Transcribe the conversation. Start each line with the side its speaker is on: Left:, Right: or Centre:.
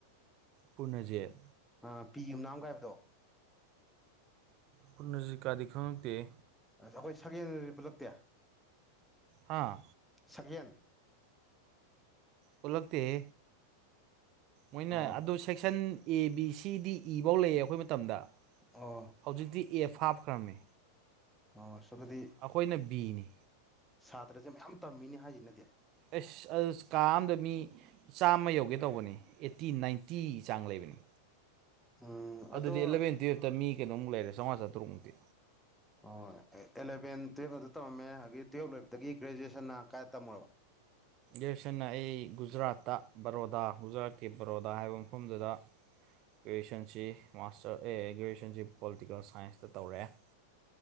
Right: ꯄꯨꯔꯅꯖꯤꯠ
Centre: ꯑꯥ ꯄꯤ ꯌꯨꯝꯅꯥꯝꯒ ꯍꯥꯏꯕꯗꯣ
Right: ꯄꯨꯟꯅꯖꯤꯠ ꯀꯥꯗꯤ ꯈꯪꯉꯛꯇꯦꯍꯦ
Centre: ꯑꯁ ꯑꯩꯈꯣꯏ ꯁꯀꯦꯟ <unintelligible> ꯄꯨꯜꯂꯛꯇꯦ
Right: ꯍꯥꯥ
Centre: ꯁꯛꯍꯦꯟ
Right: ꯄꯨꯜꯂꯛꯇꯦꯍꯦ ꯃꯣꯏꯅ
Centre: ꯑꯣ
Right: ꯑꯗꯨ ꯁꯦꯛꯁꯟ ꯑꯦ ꯕꯤ ꯁꯤ ꯗꯤ ꯏꯚꯧ ꯂꯩꯌꯦ ꯑꯩꯈꯣꯏ ꯃꯇꯝꯗ
Centre: ꯑꯣ
Right: ꯍꯧꯖꯤꯛꯇꯤ ꯑꯦꯐ ꯍꯥꯞꯈ꯭ꯔꯝꯃꯤ
Centre: ꯑꯣꯁ ꯑꯗꯨꯗꯤ
Right: ꯑꯩꯈꯣꯏꯅ ꯕꯤꯅꯤ
Centre: ꯁꯥꯇ꯭ꯔꯁꯦ ꯃꯌꯥꯝ ꯇꯝꯃꯤꯅꯦ ꯍꯥꯏꯁꯤꯅꯗꯤ
Right: ꯑꯩꯁ ꯑꯗꯨ ꯀꯥ ꯑꯃꯗ ꯃꯤ ꯆꯥꯝꯃ ꯌꯧꯒꯦ ꯇꯧꯕꯅꯤ ꯑꯦꯠꯇꯤ ꯅꯥꯏꯟꯇꯤ ꯆꯥꯡ ꯂꯩꯕꯅꯤ
Centre: ꯎꯝ ꯑꯗꯣ
Right: ꯑꯗꯨꯗꯤ ꯑꯦꯂꯕꯦꯟ ꯇꯨꯌꯦꯞꯇ ꯃꯤ ꯀꯣꯨꯛ ꯂꯩꯔꯦꯥꯝꯉ ꯆꯥꯇꯨꯛꯃꯨꯛꯇꯤ
Centre: ꯍꯣꯏ ꯍꯣꯏ ꯑꯦꯂꯕꯦꯟ ꯇꯨꯌꯦꯞ ꯑꯇ ꯇꯧꯝꯃꯦ ꯑꯗꯒꯤ ꯇꯨꯌꯦꯜꯞ ꯂꯣꯏꯕꯗꯒꯤ ꯒ꯭ꯔꯦꯖꯨꯑꯦꯁꯟꯅ ꯀꯥꯏ ꯇꯝꯃꯨꯔꯕ
Right: ꯗꯔꯁꯟꯅ ꯑꯩ ꯒꯨꯖꯔꯥꯠꯇ ꯕꯔꯣꯗꯥ ꯒꯨꯖꯔꯥꯠꯀꯤ ꯕꯔꯣꯗꯥ ꯍꯥꯏꯕ ꯃꯐꯝꯗꯨꯗ ꯒ꯭ꯔꯦꯖꯨꯌꯦꯁꯟꯁꯤ ꯃꯥꯁꯇꯔ ꯑꯦ ꯒ꯭ꯔꯦꯖꯨꯋꯌꯦꯁꯟꯁꯤ ꯄꯣꯂꯤꯇꯤꯀꯦꯜ ꯁꯥꯏꯟꯁꯇ ꯇꯧꯔꯛꯦ